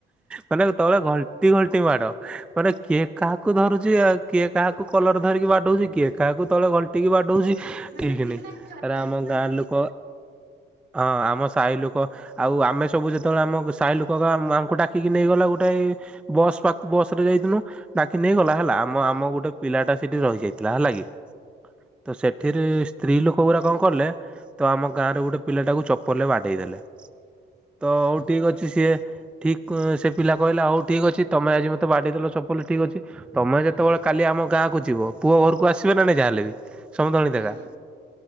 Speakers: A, in the centre; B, on the right.
A: ମାନେ, ତଳେ ଘଲଟି ଘଲଟି ମାଡ, ମାନେ କିଏ କାହାକୁ ଧରୁଛି ଆ କିଏ କାହାକୁ କଲର ଧରିକି ବାଡଉଛି, କିଏ କାହାକୁ ତଳେ ତିକି ବାଡଉଛି,
B: ମାନେ
A: ଠିକ୍
B: ଚିହ୍ନା
A: ନାହିଁ କି,
B: ଜଣା
A: ଆମ
B: ନାହିଁ
A: ଗାଁ ଲୋକ? ହଁ, ଆମ ସାହି ଲୋକ ଆଉ ଆମେ ସବୁ ଯେତେବେଳେ ଆମ ସାହି ଲୋକ, ଆମକୁ ଡାକିକି ନେଇଗଲା ଗୋଟେଏ। ବସ୍ ପାଖୁ, ବସ୍ ରେ ଯାଇଥିଲୁ। ଡାକି ନେଇଗଲା, ହେଲା ଆମ ଆମ ଗୋଟେ ପିଲା ଟା ସେଠି ରହିଯାଇଥିଲା, ହେଲା କି ତ ସେଠିରେ ସ୍ତ୍ରୀ ଲୋକ ଗୁଡ଼ା କଣ କଲେ ତ ଆମ ଗାଁରେ ଗୋଟେ ପିଲାଟାକୁ ଚପଲରେ ବାଡେଇ ଦେଲେ। ତ ହଉ ଠିକ୍ ଅଛି, ସିଏ ଠିକ୍ ସେ ପିଲା କହିଲା, ହଉ ଠିକ୍ ଅଛି। ତମେ ଆଜି ମତେ ବାଡିଇଦେଲ ଚପଲରେ, ଠିକ୍ ଅଛି। ତମେ ଯେତେବେଳେ କାଲି ଆମ ଗାଁକୁ ଯିବ, ପୁଅ ଘରକୁ ଆସିବେ ନା? ନାହିଁ, ଯାହା ହେଲେବି ସମୁଦୁଣି
B: ହୁଁ
A: ଦେଖା।
B: ହୁଁ